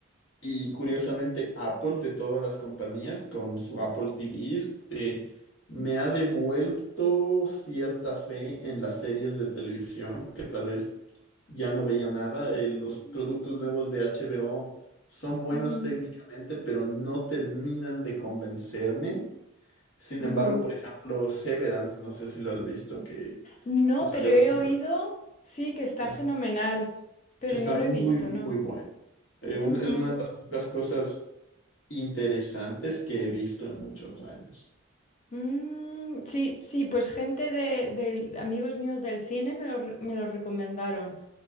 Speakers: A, on the left; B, on the left.
A: y curiosamente Apple de todas las compañías con su Apple TV eh, me ha devuelto cierta fe en las series de televisión que tal vez ya no veía nada. Eh, los
B: Mm,
A: productos nuevos de HBO son buenos
B: Ujú,
A: técnicamente, pero no terminan de convencerme. Sin
B: ujú.
A: embargo, por ejemplo, Severance, no sé si lo has visto, que,
B: No,
A: que salió
B: pero he
A: recién.
B: oído, sí, que está
A: Es-
B: fenomenal, pero
A: está
B: no
A: muy,
B: lo he visto,
A: muy
B: no.
A: bueno. Eh,
B: Ujú.
A: un- es una de las pocas cosas interesantes que he visto en muchos años.
B: Mm, sí, sí, pues gente de, del- amigos míos del cine me lo, re- me lo recomendaron.